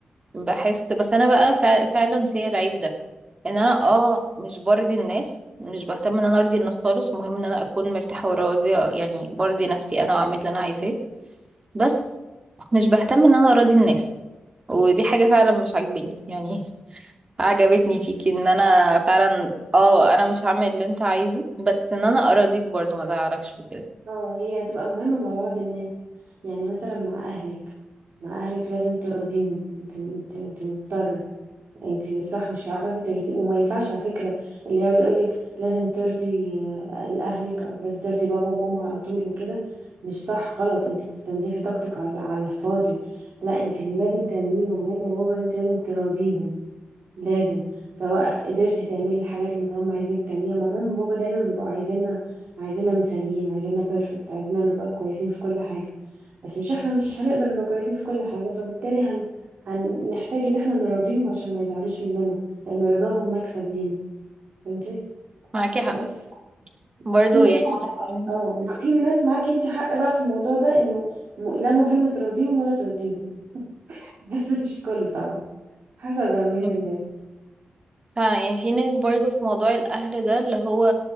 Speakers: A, on the right (about 30°); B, on the right (about 60°).
A: بحس بس انا بقى فع- فعلا فيا العيب ده ان انا اه مش برضي الناس مش بهتم ان انا ارضي الناس خالص المهم ان انا اكون مرتاحة وراضية يعني برضي نفسي انا واعمل اللي انا عايزاه بس مش بهتم ان انا اراضي الناس ودي حاجة فعلا مش عاجباني يعني عجبتني فيكي ان انا فعلا اه انا مش هعمل اللي انت عايزه بس ان انا اراضيك برضو ما ازعلكش وكده
B: اه هي هتبقى مهمة مع بعض الناس يعني مثلا مع أهلك مع أهلك لازم ترضيهم انت انت انت مضطرة انت صح مش هتعرفي ترضي وما ينفعش على فكرة اللي يقعد يقولك لازم ترضي آه، أهلك أو لازم ترضي بابا وماما على طول وكده مش صح غلط انت بتستنزفي طاقتك على على الفاضي لا انت اللي لازم تعمليه مع ماما وبابا ان انت لازم تراضيهم لازم سواء قدرتي تعملي الحاجات اللي هم عايزينك تعمليها مع ماما وبابا دايما بيبقوا عايزيننا عايزيننا مثاليين عايزيننا بيرفكت عايزيننا نبقى كويسين في كل حاجة بس مش احنا مش هنقدر نبقى كويسين في كل حاجة فبالتالي هن... هنحتاج ان احنا نراضيهم عشان ما يزعلوش مننا لان رضاهم مكسب لينا فهمتي
A: معاكي حق
B: بس
A: برضو
B: في ناس
A: يعني ناس-
B: اه في ناس معاكي انت حق بقى في الموضوع ده انه م- لا مهم تراضيهم ولا ترضيهم <laughs> بس مش كله طبعا حسب أهمية
A: ناس-
B: الناس
A: فعلا يعني في ناس برضو في موضوع الاهل ده اللي هو